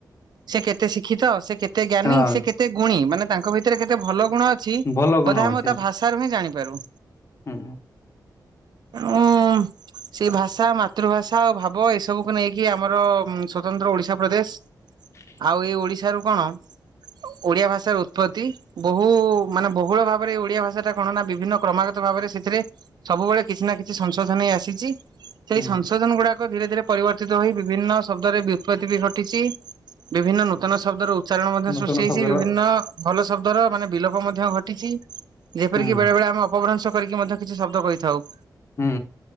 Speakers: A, on the right (about 70°); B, on the left (about 40°).
A: ସେ କେତେ ଶିକ୍ଷିତ ସେ କେତେ ଜ୍ଞାନୀ
B: ହଁ
A: ସେ କେତେ ଗୁଣୀ ମାନେ ତାଙ୍କ ଭିତରେ କେତେ ଭଲ ଗୁଣ ଅଛି
B: ଭଲ ଗୁଣ
A: ବୋଧେ
B: ଅଛି
A: ମୁଁ ତା ଭାଷା ରୁ ହିଁ ଜାଣିପାରୁ।
B: ହୁଁ।
A: ହଁ। ସେଇ ଭାଷା ମାତୃଭାଷା ଆଉ ଭାବ ଏ ସବୁକୁ ନେଇକି ଆମର ସ୍ଵତନ୍ତ୍ର ଓଡିଶା ପ୍ରଦେଶ।
B: ହୁଁ।
A: ଆଉ ଏଇ ଓଡିଶାରୁ କଣ ଓଡିଆ ଭାଷାର ଉତ୍ପତ୍ତି। ବହୁ ମାନେ ବହୁଳ ଭାବରେ ଏଇ ଓଡିଆ ଭାଷାଟା ଗଣନା ବିଭିନ୍ନ କ୍ରମାଗତ ଭାବରେ ସେଥିରେ ସବୁବେଳେ କିଛି ନା କିଛି ସଂଶୋଧନ ହେଇ ଆସିଛି ସେଇ
B: ହୁଁ
A: ସନ୍ ସଂଶୋଧନ ଗୁଡାକ ଧୀରେ ଧୀରେ ପରିବର୍ତ୍ତିତ ହୋଇ ବିଭିନ୍ନ ଶବ୍ଦରେ ବିତ୍ପତ୍ତି ବି ଘଟିଛି। ବିଭିନ୍ନ ନୂତନ ଶବ୍ଦର ଉ ଚାରଣ ମଧ୍ୟ
B: ନୂତନ
A: ସୃଷ୍ଟି ହେଇଛି
B: ଶବ୍ଦର
A: ବିଭିନ୍ନ ଭଲ ଶବ୍ଦର ମାନେ ବିଲୋପ ମଧ୍ୟ ଘଟିଛି। ଯେପରିକି
B: ହୁଁ
A: ବେଳେ ବେଳେ ଆମେ ଅପଭ୍ରଂଶ କରିକି ମଧ୍ୟ କିଛି ଶବ୍ଦ କହିଥାଉ।
B: ହୁଁ